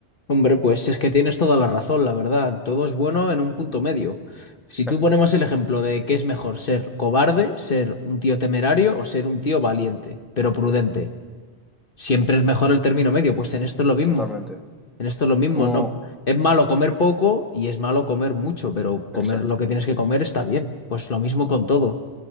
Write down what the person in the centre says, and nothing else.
Exacto,
totalmente.
Como,
exacto,